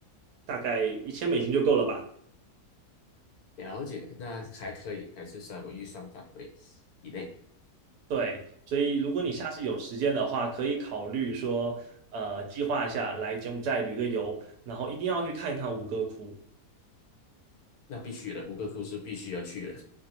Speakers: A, on the right (about 80°); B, on the left (about 75°).
A: 大概一千美金就够了吧。
B: 了解，那还可以，还是在我预算范围以内。
A: 对，所以如果你下次有时间的话，
B: 嗯，
A: 可以考虑说，呃，计划一下来柬埔寨旅个游，然后一定要去看一看吴哥窟。
B: 那必须的，胡克库是必须要去的。